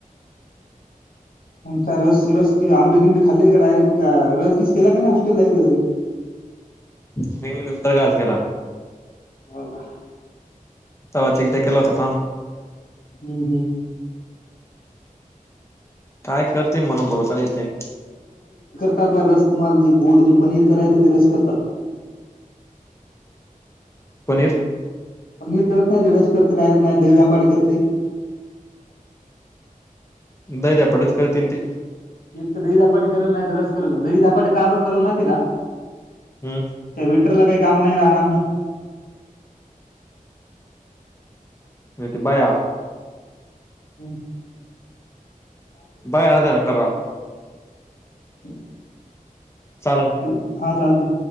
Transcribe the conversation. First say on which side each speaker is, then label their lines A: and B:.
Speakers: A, on the left; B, on the left.
A: का रस रसि आंबे गिंबे खाल्ले का डायरेक्ट का रसगीस केला का नाही हॉस्टेलला एकदा तरी,
B: त नंतर केला.
A: हो का?
B: तवाच एकदा केला त
A: हम्म हम्म
B: काय करते मन भरोसा नाही ते.
A: य रस तुम्हाला जे गोड जे पनीर करायचं ते रस करतात.
B: पनीर
A: पनीर करत नाही ते रस करते डायरेक्ट नाही दही झधपाटी करते.
B: दही धपाटच करत ते.
A: एक तर दही धापाटी कराल नाही तर रस कराल दही धापाटी काबर कराला माहितीय का?
B: हम्म
A: त्या विटरला काय. काम नाही राहणार ना.
B: नाही ते बाया
A: होम
B: बाय अ ना कर
A: ह
B: चालन
A: हॅ हा चालते